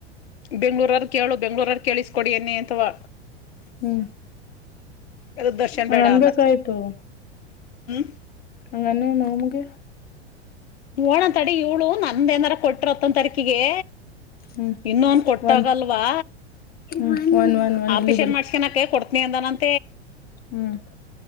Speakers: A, on the left; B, on the left.
A: ಬೆಂಗ್ಳೂರ್ರ ಕೇಳು ಬೆಂಗ್ಳೂರ್ರ ಕೇಳಿಸ್ಕೊಡಿ ಎನ್ನಿ ಅಂತವಾ
B: ಹ್ಮ್
A: ಅದು ದರ್ಶನ್
B: ಹಂಗ
A: ಬೇಡನ್ನ
B: ಅನ್ಬೇಕಾಯ್ತು
A: ಹ್ಮ
B: ಅಂಗನುವೆ ಮಾಮಂಗೆ
A: ಓಣ ತಡಿ ಇವಳು ನಂದ ಏನಾರ ಕೊಟ್ಟ್ರರುತ್ತಂತ ತರಿ ಕಿಗೆ
B: ಹ್ಮ್
A: ಇನ್ನೊನ್ ಕೊಟ್ಟಾಗಲ್ವಾ.
B: ಒನ್ ಹ್ಮ್ ಒನ್ ಒನ್ ಒನ್
A: ಆಪೇಷನ್
B: ಇಲ್ಲಿ ಬರಿ
A: ಮಾಡ್ಸ್ಕನಕ ಕೊಡ್ತ. ಪ. <inaudible>
B: ಹ್ಮ್